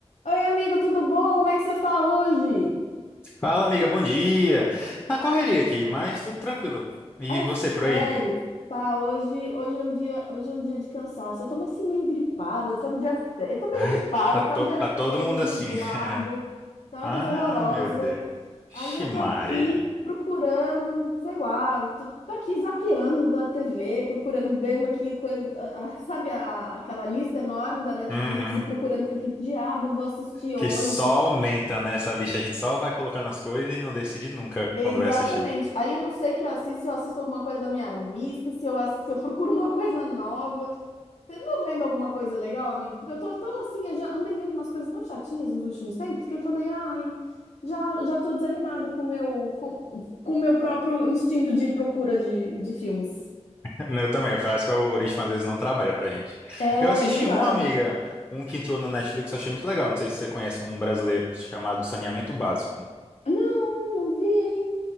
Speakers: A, on the left; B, on the left.
A: Oi, amigo, tudo bom? Como é que você tá hoje?
B: Fala, amiga, bom dia. Na correria aqui, mas tudo tranquilo. E
A: É
B: você
A: sério.
B: por aí?
A: Pá, hoje, hoje é um dia, hoje é um dia de cansaço. Eu tô assim meio gripada, tá um dia feio. Eu tô meio
B: Ai,
A: gripada,
B: tá, to-
A: tá um dia
B: tá todo
A: feio,
B: mundo
A: nublado,
B: assim. <laughs>
A: tá uma
B: Ah,
A: coisa horrorosa.
B: meu Deus. Ximaria.
A: Aí eu tô aqui procurando, sei lá, tô, tô aqui zapeando da TV, procurando, vendo aqui coisa, a- a- sabe, a- aquela lista enorme da Netflix
B: Uhum.
A: e procurando pra que diabo eu vou assistir hoje.
B: Que só aumenta nessa lista. A gente só vai colocando as coisas e não decide nunca
A: Exatamente.
B: quando vai assistir.
A: Aí eu não sei que eu assisto, se eu assisto alguma coisa da minha lista, se eu, ass- se eu procuro uma <laughs> coisa nova. Você andou vendo alguma coisa legal, amigo? Porque eu tô tão assim, eu já andei vendo umas coisas tão chatinhas nos últimos tempos que eu falei, ai, já, já tô desanimada com o meu, com, com o meu próprio instinto de procura de, de filmes.
B: <laughs> Eu também. Parece que o algoritmo às vezes não trabalha pra gente.
A: É
B: Eu assisti
A: verdade.
B: um, amiga, um que entrou no Netflix, eu achei muito legal. Não sei se você conhece um brasileiro chamado Saneamento Básico.
A: Não, não vi.